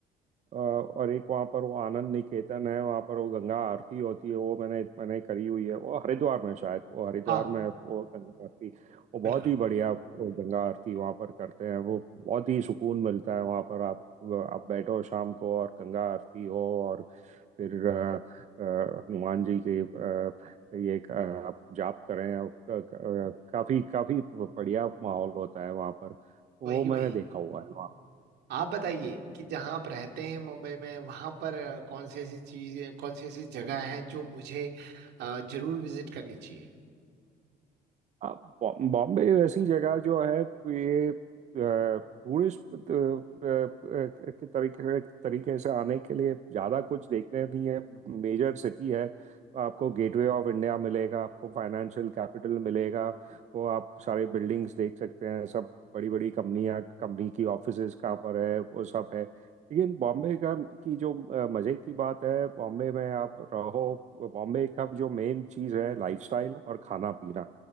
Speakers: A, on the right; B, on the right.
A: अ, और एक वहाँ पर वो आनंद निकेतन है वहाँ पर वो गंगा आरती होती है वो मैंने मैंने करी हुई है वो हरिद्वार में शायद वो हरिद्वार
B: हाँ
A: में है, वो गंगा आरती वो बहुत
B: बिल्कुल
A: ही बढ़िया वो गंगा आरती वहाँ पर करते हैं वो बहुत ही सुकून मिलता है वहाँ पर आप आप बैठो शाम को और गंगा आरती हो और फिर अ, अ, हनुमान जी के अ, ये क- आप जाप करें आप क- क- काफी काफी बढ़िया माहौल होता है वहाँ पर वो
B: वही
A: मैंने
B: वही
A: देखा हुआ है
B: आप बताइए कि जहाँ आप रहते हैं मुंबई में वहां पर अ, कौन सी ऐसी चीज कौन सी ऐसी जगह है जो मुझे अ, जरूर विजिट करनी चाहिए
A: हाँ, बॉ- बॉम्बे ऐसी जगह जो है ये टूरिस्ट के तरीके तरीके से आने के लिए ज़्यादा कुछ देखने नहीं है मेजर सिटी है तो आपको गेटवे ऑफ इंडिया मिलेगा आपको फाइनेंशियल कैपिटल मिलेगा वो आप सारे बिल्डिंग्स देख सकते हैं सब बड़ी बड़ी कंपनियां कंपनी की ऑफिसेज कहाँ पर है वो सब है लेकिन बॉम्बे का की जो अ, मज़े की बात है बॉम्बे में आप रहो बॉम्बे का जो मेन चीज़ है लाइफस्टाइल और खाना पीना